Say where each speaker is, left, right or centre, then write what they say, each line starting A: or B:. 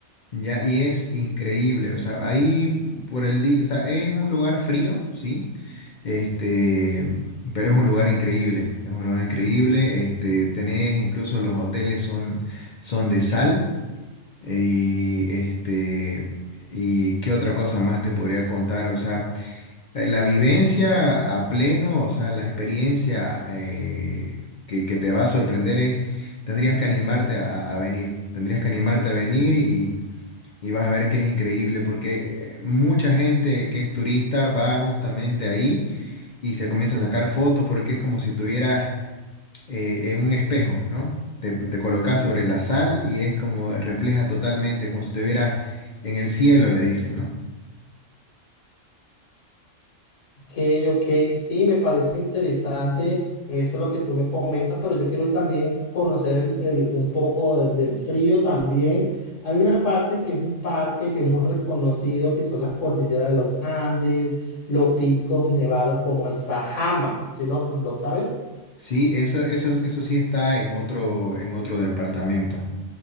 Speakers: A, on the left; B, on the left.
A: ya, y es increíble. O sea, ahí por el día, o sea, es un lugar frío, sí, este, pero es un lugar increíble, es un lugar increíble. Este, tenés incluso los hoteles son, son de sal. Y este, ¿y qué otra cosa más te podría contar? O sea, eh, la vivencia a pleno, o sea, la experiencia eh, que, que te va a sorprender es, tendrías que animarte a, a- a venir, tendrías que animarte a venir y, y vas a ver que es increíble, porque eh, mucha gente que es turista va justamente ahí y se comienza a sacar fotos porque es como si tuvieras eh, en un espejo, ¿no? Te, te colocas sobre la sal y es como refleja totalmente, como si estuvieras en el cielo, le dicen, ¿no?
B: Ok, ok, sí, me parece interesante eso lo que tú me comentas, pero yo quiero también conocer el- el- un poco de- del frío también. Hay una parte que es un parque que es muy reconocido, que son las cordilleras de los Andes, los picos nevados como el Sajama, ¿sí lo, lo sabes?
A: Sí, eso, eso, eso sí está en otro, en otro departamento.